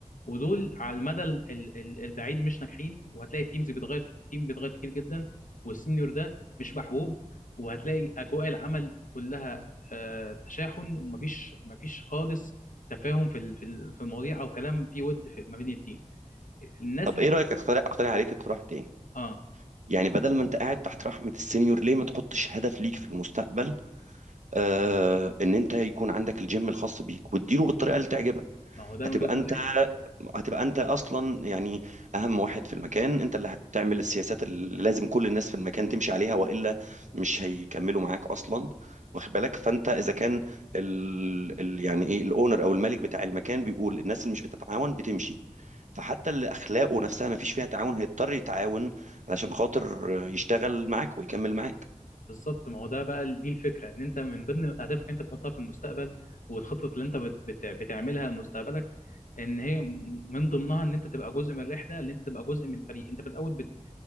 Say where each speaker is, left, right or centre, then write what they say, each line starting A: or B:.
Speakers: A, on the left (about 80°); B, on the right (about 65°).
A: ودول على المدى ال- ال- ال- البعيد مش ناجحين وهتلاقي التيمز بيتغير التيم بيتغير كتير جدا والسينيور ده مش محبوب وهتلاقي اجواء العمل كلها آه، تشاحن ومفيش مفيش خالص تفاهم في ال- في ال- في المواضيع او كلام فيه ود في ما بين التيم الناس
B: طب
A: اللي
B: ايه رايك اقترح اقترح عليك اقتراح تاني
A: اه
B: يعني بدل ما انت قاعد تحت رحمة السينيور ليه ما تحطش هدف ليك في المستقبل آه ان انت يكون عندك الجيم الخاص بيك وتديره بالطريقة اللي تعجبك
A: ما هو ده
B: هتبقى
A: من جزء
B: انت
A: من
B: هتبقى انت اصلا يعني اهم واحد في المكان انت اللي هتعمل السياسات اللي لازم كل الناس في المكان تمشي عليها والا مش هيكملوا معاك اصلا واخد بالك فانت اذا كان ال... ال... يعني ايه الاونر او الملك بتاع المكان بيقول الناس اللي مش بتتعاون بتمشي فحتى اللي اخلاقه نفسها ما فيش فيها تعاون هيضطر يتعاون علشان خاطر يشتغل معاك ويكمل معاك
A: بالظبط ما هو ده بقى ال- دي الفكره ان انت من ضمن اهدافك انت بتحطها في المستقبل والخطط اللي انت بت- بت- بتعملها لمستقبلك ان هي م- من ضمنها ان انت تبقى جزء من الرحله ان انت تبقى جزء من فريق انت في الاول بت...